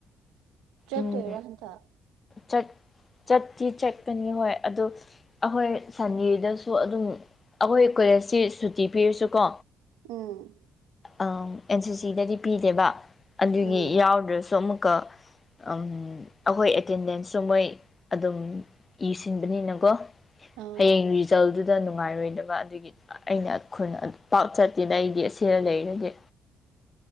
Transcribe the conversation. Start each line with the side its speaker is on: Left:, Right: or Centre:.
Right: ꯆꯠꯇꯣꯏꯔꯥ
Left: ꯎꯝ
Right: ꯍꯟꯗꯛ
Left: ꯆꯠ ꯆꯠꯇꯤ ꯆꯠꯀꯅꯤ ꯍꯣꯏ ꯑꯗꯨ ꯑꯩꯈꯣꯏ ꯁꯟꯗꯦꯗꯁꯨ ꯑꯗꯨꯝ ꯑꯩꯈꯣꯏ ꯀꯣꯂꯦꯖꯇꯤ ꯁꯨꯇꯤ ꯄꯤꯔꯁꯨꯀꯣ
Right: ꯎꯝ
Left: ꯑꯝ ꯑꯦꯟ ꯁꯤ ꯁꯤꯗꯗꯤ ꯄꯤꯗꯦꯕ ꯑꯗꯨꯒꯤ
Right: ꯎꯝ
Left: ꯌꯥꯎꯗ꯭ꯔꯁꯨ ꯑꯃꯨꯛꯀ ꯑꯪ ꯑꯩꯈꯣꯏ ꯑꯦꯇꯦꯟꯗꯦꯟꯁꯁꯨ ꯃꯣꯏ ꯑꯗꯨꯝ ꯏꯁꯤꯟꯕꯅꯤꯅꯀꯣ
Right: ꯑꯥ
Left: ꯍꯌꯦꯡꯔꯤ ꯆꯜꯗꯨꯗ ꯅꯨꯡꯉꯥꯏꯔꯣꯏꯗꯕ ꯑꯗꯨꯒꯤ ꯑꯩꯅ ꯈꯨꯟ ꯑꯗꯨ ꯄꯥꯛ ꯆꯠꯇꯦꯗ ꯑꯩꯗꯤ ꯑꯁꯤꯅ ꯂꯩꯔꯗꯤ